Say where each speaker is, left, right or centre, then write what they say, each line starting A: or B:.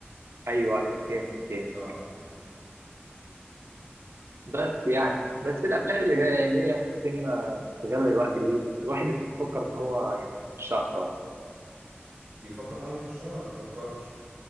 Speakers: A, on the right; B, on the right.
A: ايوه ايوه فهمتك فهمتك
B: اه
A: بس يعني بس الافلام اللي جايه اللي هي في السينما شغاله دلوقتي دي الواحد بيفكر ان هو يعني مش شاطر
B: بيفكر ان هو يخشها ولا بيفكرش